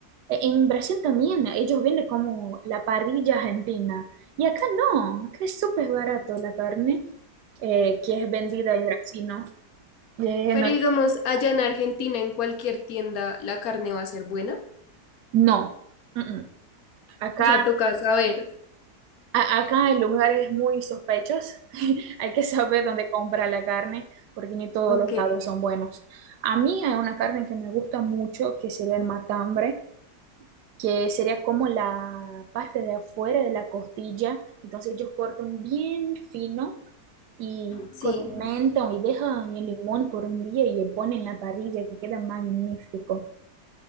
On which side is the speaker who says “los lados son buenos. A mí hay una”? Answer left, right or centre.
Right